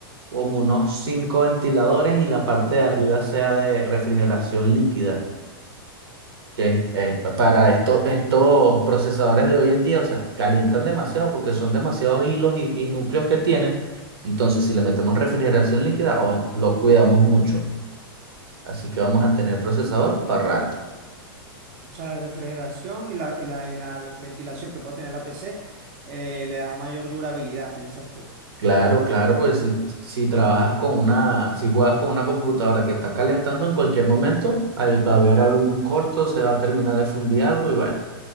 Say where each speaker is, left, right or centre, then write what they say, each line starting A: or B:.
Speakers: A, on the right (about 85°); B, on the right (about 35°).
A: como unos cinco ventiladores y la parte de arriba sea de refrigeración líquida. que eh, para estos, estos procesadores de hoy en día, o sea, calientan demasiado porque son demasiados hilos y, y núcleos que tienen. Entonces, si le metemos refrigeración líquida, o lo cuidamos mucho. Así que vamos a tener procesador para rato.
B: o sea, la refrigeración y la, y la, y la ventilación que puede tener la PC eh, le da mayor durabilidad, piensas tú.
A: Claro, claro, pues si, si trabajas con una, si juegas con una computadora que está calentando en cualquier momento, ahí va a haber algún corto, se va a terminar de fundir algo y bueno,